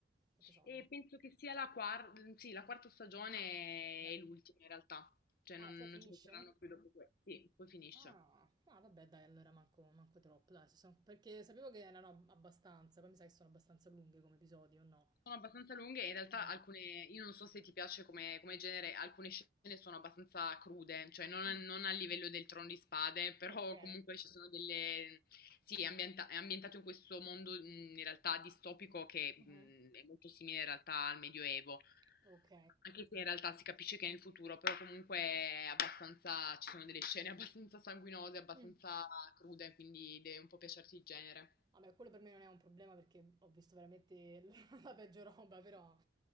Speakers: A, on the right; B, on the left.
A: Quante sono?
B: E penso che sia la, quar- sì, la quarta stagione
A: Ok.
B: e l'ultima in realtà, cioè
A: Ah,
B: non,
A: qua finisce?
B: non ce ne saranno più dopo questo. Sì, poi finisce.
A: Ah, ah, vabbè, dai, allora manco, manco troppo, dai, se sono- perché sapevo che erano ab- abbastanza, poi mi sa che sono abbastanza lunghe come episodi, o no?
B: Sono abbastanza lunghe, in realtà
A: Ah,
B: alcune, io non so se ti piace come, come genere, alcune scene sono abbastanza crude, cioè non,
A: mm,
B: a non a livello del Trono di Spade, <laughs> però
A: ok,
B: comunque ci sono delle... Sì, è, ambienta- è ambientato in questo mondo mh, in realtà distopico che
A: Mhm,
B: mh, è molto simile in realtà al Medioevo,
A: ok.
B: anche se in realtà si capisce che è nel futuro, però comunque è abbastanza, ci sono delle scene abbastanza sanguinose, abbastanza
A: Mm.
B: crude, quindi deve un po' piacerti il genere.
A: Vabbè, quello per me non è un problema perché ho visto veramente <laughs> l- la peggio roba, però,